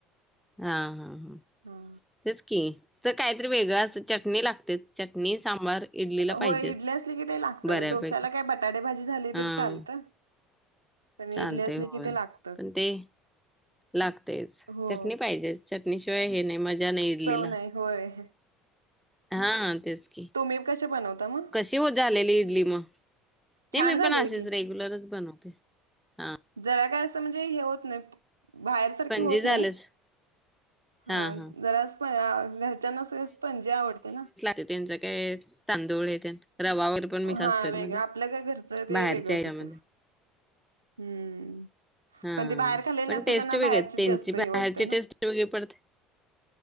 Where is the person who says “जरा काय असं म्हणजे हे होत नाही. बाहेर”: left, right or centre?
Right